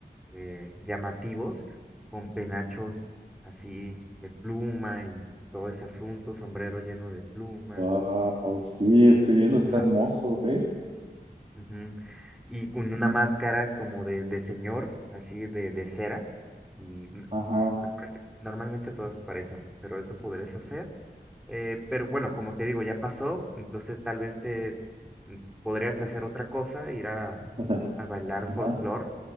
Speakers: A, in the centre; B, on the right.
A: eh, llamativos, con penachos así de pluma y todo ese asunto, sombrero lleno de pluma.
B: Wow, sí, estoy viendo, está
A: Una
B: hermoso, ¿eh?
A: Ujú. Y con
B: Ujú.
A: una máscara como de, de señor, así de, de cera. Y mm,
B: Ajá.
A: normalmente, normalmente todas parecen, pero eso podrías hacer. Eh, pero bueno, como te digo, ya pasó, entonces tal vez te mm, podrías hacer otra cosa, ir a,
B: <laughs>
A: a bailar folclor,
B: Ajá.